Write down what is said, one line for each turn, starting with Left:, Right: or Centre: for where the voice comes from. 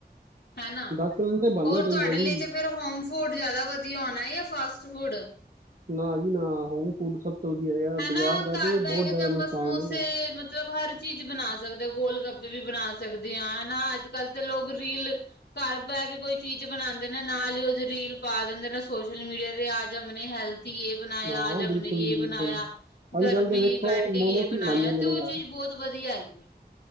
Left: ਹੈਨਾ
Right: ਡਾਕਟਰ ਨੂੰ ਤੇ ਭਾਨਾ
Left: ਔਰ ਤੁਹਾਡੇ
Right: ਚਾਈਦਾ ਜੀ।
Left: ਲਈ ਤੇ ਫਿਰ ਹੋਮ ਫੂਡ ਜਾਦਾ ਵਧੀਆ ਹੋਣਾ ਏ, ਯਾ ਫਾਸਟ ਫੂਡ?
Right: ਨਾ ਜੀ ਨਾ, ਹੋਮ ਫੂਡ ਸਭ ਤੋਂ ਵਧੀਆ ਹੈਗਾ
Left: ਹੈਨਾ,
Right: ਬਾਜ਼ਾਰ ਦਾ
Left: ਕਰ
Right: ਤੇ
Left: ਬੈ
Right: ਬਹੁਤ
Left: ਕੇ
Right: ਜ਼ਿਆਦਾ
Left: ਤੇ ਅਪਾਂ
Right: ਨੁਕਸਾਨ
Left: ਸਮੋਸੇ
Right: ਹੈ
Left: ਮਤਲਬ, ਹਰ ਚੀਜ਼ ਬਨਾ ਸਕਦੇ ਗੋਲ ਗੱਪੇ ਵੀ ਬਨਾ ਸਕਦੇ ਹਾਂ ਹਨਾ, ਅੱਜ ਕੱਲ੍ਹ ਤੇ ਲੋਕ ਰੀਲ ਘਰ ਬੈ ਕੇ ਕੋਈ ਚੀਜ਼ ਬਨਾਂਦੇ ਨੇ, ਨਾਲ ਹੀ ਓਦੀ ਰੀਲ ਪਾ ਦੇੰੰਦੇ ਨੇ ਸੋਸ਼ਲ ਮੀਡੀਆ ਤੇ ਹਮ ਨੇ ਹੈਲਥੀ ਯੇ ਬਨਯਾ,
Right: ਹਾਂ
Left: ਆਜ ਹਮਨੇ
Right: ਬਿਲਕੁਲ
Left: ਯੇ
Right: ਜੀ ਬਿਲਕੁਲ
Left: ਬਨਾਯਾ।
Right: ਅੱਜ
Left: ਘਰ
Right: ਕੱਲ੍ਹ
Left: ਮੇ
Right: ਤੇ ਵੇਖੋ
Left: ਈ ਬੈਠ ਕੇ ਯੇ
Right: ਮੋਮੋਸ
Left: ਬਨਾਯਾ,
Right: ਹੀ ਬਣ ਜਾਂਦੇ
Left: ਤੇ ਓ
Right: ਨੇ ਘਰ
Left: ਚੀਜ਼ ਬੋਤ ਵਧੀਆ ਹੈਗੀ ਐ,